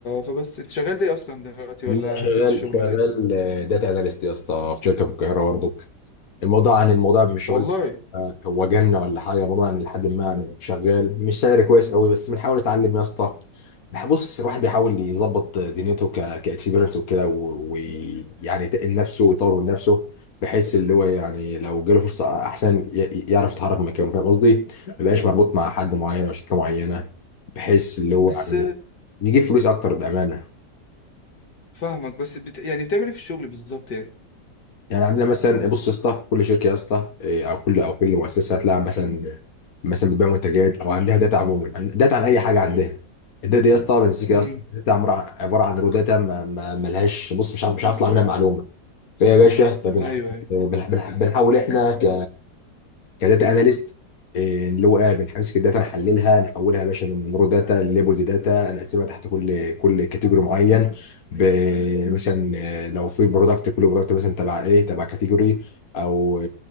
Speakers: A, on the left; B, on the left.
A: فبس انت شغال ايه اصلا دلوقتي ولا
B: انا شغال
A: سبت الشغل
B: شغال
A: ولا ايه بتقول
B: داتا اناليست يا اسطى في شركه في القاهره برضه الموضوع عن الموضوع مش
A: والله
B: هقول آه، هو جنة ولا حاجة الموضوع عن لحد ما يعني شغال مش سعر كويس قوي بس بنحاول نتعلم يا اسطى بح- بص الواحد بيحاول يظبط دنيته ك كاكسبيرنس وكده ويعني يتقل نفسه ويطور من نفسه بحيث اللي هو يعني لو جاله فرصة أحسن ي- يعرف يتحرك من مكانه فاهم قصدي؟ ما يبقاش مربوط مع حد معين أو شركة معينة بحيث اللي هو
A: بس
B: يعني يجيب فلوس أكتر بأمانة
A: فاهمك بس بت... يعني بتعمل ايه في الشغل بالظبط يعني
B: يعني عندنا مثلا إيه، بص يا اسطى كل شركه يا اسطى إيه، او كل او كل مؤسسه هتلاقي مثلا مثلا بتبيع منتجات او عندها داتا عموما عن- داتا عن اي حاجه عندها الداتا دي يا اسطى بمسكها
A: امم
B: يا اسطى داتا عمرها- عباره عن رو داتا ما ما- ملهاش بص مش عارف مش عارف اطلع منها معلومه فيا باشا فبنحاول
A: ايوه أيوه.
B: بنح... بنح... بنحاول احنا ك كداتا اناليست آه، اللي هو إيه، بنمسك الداتا نحللها نحولها يا باشا من رو داتا لليبل داتا نقسمها تحت كل كل كاتيجوري معين ب- مثلا آه، لو في برودكت كل برودكت مثلا تبع ايه تبع كاتيجوري او آه،